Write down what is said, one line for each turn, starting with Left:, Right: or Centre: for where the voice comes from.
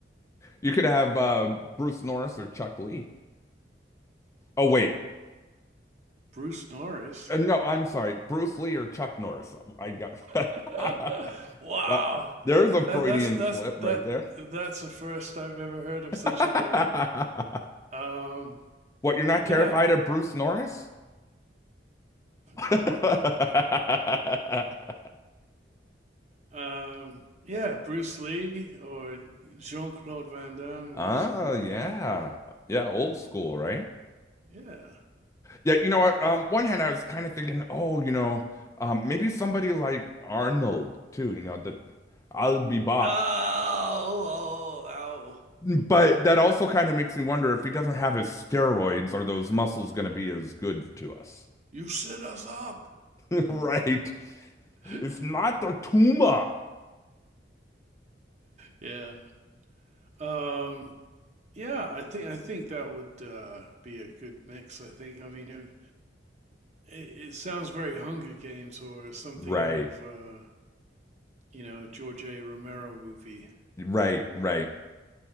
Left: You could have uh, Bruce Norris or Chuck Lee. Oh wait,
Right: Bruce Norris.
Left: uh, no, I'm sorry, Bruce Lee or Chuck Norris. I got <laughs>
Right: <laughs> Wow.
Left: well. There's a
Right: That
Left: Freudian
Right: that's that's
Left: slip
Right: that
Left: right there.
Right: that's the first I've ever heard of
Left: <laughs>
Right: such a thing. Um,
Left: what, you're not
Right: yeah.
Left: terrified of Bruce Norris? <laughs>
Right: Nope. Um, yeah, Bruce Lee or Jean Claude Van Damme
Left: Oh,
Right: or someone
Left: yeah.
Right: like that, you know.
Left: Yeah, old school, right?
Right: Yeah.
Left: Yeah, you know what? Um, one hand, I was kind of thinking, oh, you know, um, maybe somebody like Arnold too. You know, the I'll be back
Right: Oh, oh, ow.
Left: But that also kind of makes me wonder if he doesn't have his steroids, are those muscles going to be as good to us?
Right: You set us up.
Left: <laughs> right? It's
Right: <laughs>
Left: not the tumor.
Right: Yeah. Um, yeah, I think I think that would uh, be a good mix, I think. I mean, it, it sounds very Hunger Games or something
Left: Right,
Right: out of uh, you know, George A. Romero movie
Left: right, right.